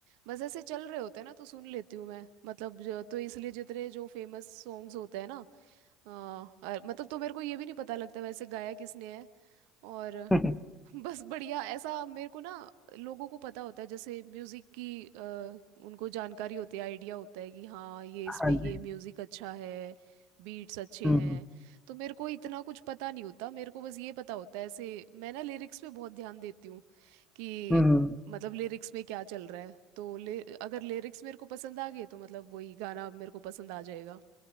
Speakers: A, on the right; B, in the centre.
A: बस ऐसे चल रहे होते हैं ना तो सुन लेती हूँ मैं मतलब जो- तो इसलिए जितने जो फेमस सॉन्ग्स होते हैं ना हाँ अ- मतलब तो मेरे को ये भी नहीं पता लगता वैसे गाया किसने है और
B: <laughs>
A: बस बढ़िया ऐसा मेरे को ना लोगों को पता होता है जैसे म्यूजिक की अ, उनको जानकारी होती है आइडिया होता है कि हाँ ये इसमें
B: हाँ
A: ये
B: जी
A: म्यूजिक अच्छा है बीट्स अच्छे
B: हम्म
A: हैं
B: हम्म
A: तो मेरे को इतना कुछ पता नहीं होता मेरे को बस ये पता होता है ऐसे मैं ना लिरिक्स पे बहुत ध्यान देती हूँ कि
B: हम्म, हम्म, हम्म।
A: मतलब लिरिक्स में क्या चल रहा है तो ले, अगर लिरिक्स मेरे को पसंद आ गए तो मतलब वही गाना मेरे को पसंद आ जाएगा